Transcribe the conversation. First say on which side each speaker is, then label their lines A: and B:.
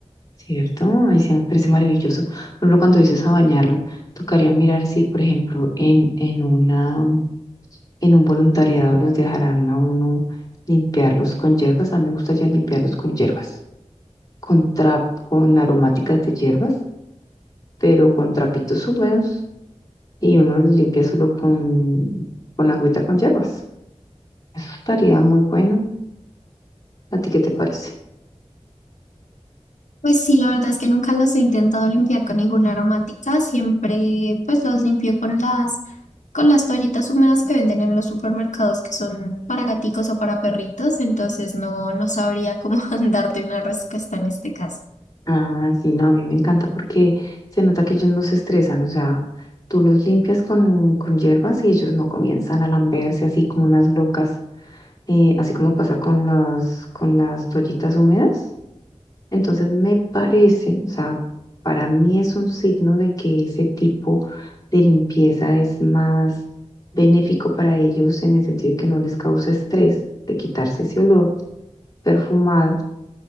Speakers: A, on the left (about 30°); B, on the left (about 80°).
A: Cierto, ahí sí me parece maravilloso. Por ejemplo, cuando dices a bañarlo, tocaría mirar si, por ejemplo, en, en una, En un voluntariado los dejarán a uno limpiarlos con hierbas. A mí me gusta ya limpiarlos con hierbas, con trap, con aromáticas de hierbas, pero con trapitos húmedos y uno los limpia solo con, con agüita con hierbas. Eso estaría muy bueno. ¿A ti qué te parece?
B: Pues sí, la verdad es que nunca los he intentado limpiar con ninguna aromática, siempre pues los limpio con las con las toallitas húmedas que venden en los supermercados que son para gaticos o para perritos, entonces no no sabría cómo <laughs> darte una respuesta en este caso.
A: Ah, sí, no, a mí me encanta porque se nota que ellos no se estresan, o sea, tú los limpias con, con hierbas y ellos no comienzan a lamberse así como unas locas eh, así como pasa con las, con las toallitas húmedas, Entonces me parece, o sea, para mí es un signo de que ese tipo de limpieza es más benéfico para ellos en el sentido de que no les causa estrés de quitarse ese olor perfumado,